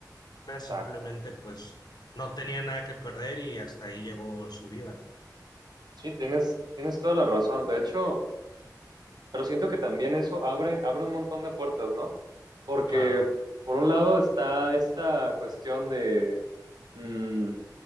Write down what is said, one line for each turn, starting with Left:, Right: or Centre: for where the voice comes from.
Right: Exacto.
Left: simplemente, pues, no tenía nada que perder y hasta ahí llegó su vida.
Right: Sí, tienes, tienes toda la razón. De hecho, Pero siento que también eso abre, abre un montón de puertas, ¿no? Porque
Left: Claro,
Right: por un lado está esta cuestión de mm,